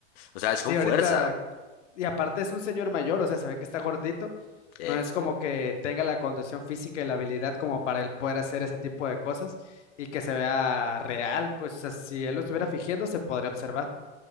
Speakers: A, on the left; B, on the left.
A: o sea, es con
B: Sí, ahorita,
A: fuerza.
B: y aparte es un señor mayor, o sea, se ve que está gordito, no
A: Epa.
B: es como que tenga la condición física y la habilidad como para él poder hacer ese tipo de cosas y que se vea real, pues, o sea, si él lo estuviera fingiendo, se podría observar.